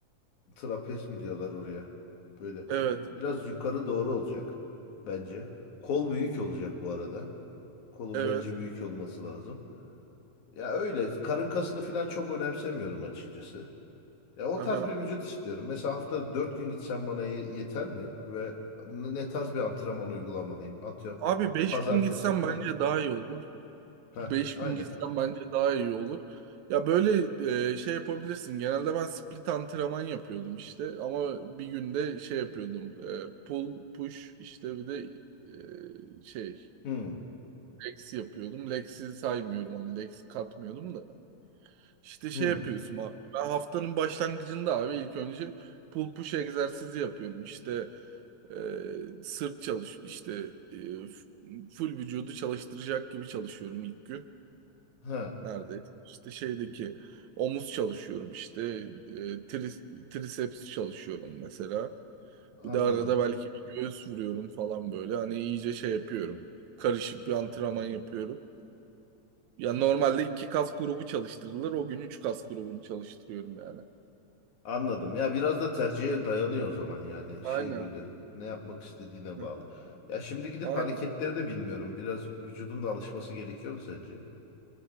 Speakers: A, on the left; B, on the right.
A: trapez mi diyorlar oraya. Böyle
B: evet.
A: biraz yukarı doğru olacak bence. Kol büyük olacak bu arada. Kolun
B: Evet.
A: bence büyük olması lazım. Ya öyle karın kasını falan çok önemsemiyorum açıkçası. Ya o
B: Aha.
A: tarz bir vücut istiyorum. Mesela haftada 4 gün gitsem bana ye- yeter mi? Ve n- ne tarz bir antrenman uygulamalıyım? Atıyorum
B: Abi beş
A: pazartesi.
B: gün gitsem bence
A: Heh,
B: daha iyi olur.
A: heh,
B: Beş
A: aynen.
B: gün gitsen bence daha iyi olur. Ya böyle e, şey yapabilirsin. Genelde ben split antrenman yapıyordum işte. Ama bir günde şey yapıyordum. E, pull, push işte bir de e, şey
A: Hmm,
B: legs yapıyordum. Legs'i saymıyorum hani legs'i katmıyorum da. İşte şey
A: hmm,
B: yapıyorsun abi. Ben haftanın başlangıcında abi ilk önce pull push egzersizi yapıyorum. İşte e, sırt çalış işte e, f- full vücudu çalıştıracak gibi çalışıyorum ilk gün.
A: heh,
B: Nerede? İşte şeydeki omuz çalışıyorum işte e, tri- triceps çalışıyorum mesela.
A: anladım.
B: Bir de arada belki bir göğüs vuruyorum falan böyle. Hani iyice şey yapıyorum. Karışık bir antrenman yapıyorum. Ya normalde iki kas grubu çalıştırılır. O gün üç kas grubunu çalıştırıyorum yani.
A: Anladım. Ya biraz da tercihe dayanıyor o zaman yani
B: Aynen.
A: şey böyle ne yapmak istediğine
B: Hı,
A: bağlı. Ya şimdi gidip
B: Aynen.
A: hareketleri de bilmiyorum. Biraz vücudun da alışması gerekiyor mu sence?